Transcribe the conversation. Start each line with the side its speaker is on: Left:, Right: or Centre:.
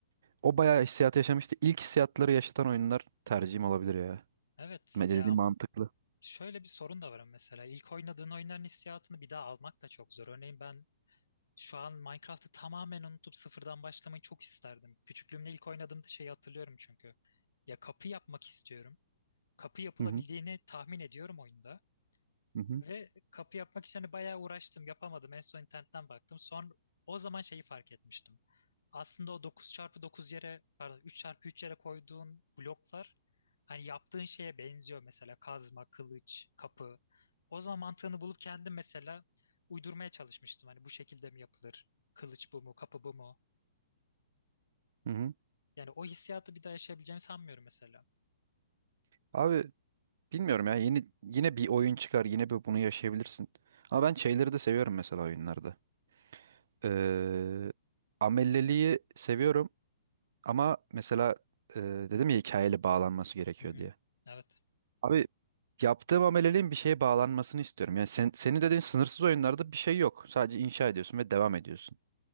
Right: O bayağı hissiyat yaşamıştı. İlk hissiyatları yaşatan oyunlar tercihim olabilir ya.
Left: Evet.
Right: Me- Dediğin
Left: Ya
Right: mantıklı.
Left: Şöyle bir sorun da var ama mesela ilk oynadığın oyunların hissiyatını bir daha almak da çok zor. Örneğin ben şu an Minecraft'ı tamamen unutup sıfırdan başlamayı çok isterdim. Küçüklüğümde ilk oynadığımda şeyi hatırlıyorum çünkü. Ya kapı yapmak istiyorum. Kapı yapılabildiğini
Right: Hı hı,
Left: tahmin ediyorum oyunda.
Right: hı hı,
Left: Ve kapı yapmak için hani bayağı uğraştım, yapamadım. En son internetten baktım. Son o zaman şeyi fark etmiştim. Aslında o dokuz çarpı dokuz yere, pardon üç çarpı üç yere koyduğun bloklar hani yaptığın şeye benziyor mesela kazma, kılıç, kapı. O zaman mantığını bulup kendim mesela uydurmaya çalışmıştım. Hani bu şekilde mi yapılır? Kılıç bu mu, kapı bu mu?
Right: hı hı.
Left: Yani o hissiyatı bir daha yaşayabileceğimi sanmıyorum mesela.
Right: Abi bilmiyorum ya. Yeni, yine bir oyun çıkar. Yine bir bunu yaşayabilirsin. Ama ben şeyleri de seviyorum mesela oyunlarda. Ee, amelliliği seviyorum. Ama mesela e, dedim ya hikayeli bağlanması gerekiyor
Left: Hı hı.
Right: diye.
Left: Evet.
Right: Abi yaptığım ameliliğin bir şeye bağlanmasını istiyorum. Yani sen, senin dediğin sınırsız oyunlarda bir şey yok. Sadece inşa ediyorsun ve devam ediyorsun.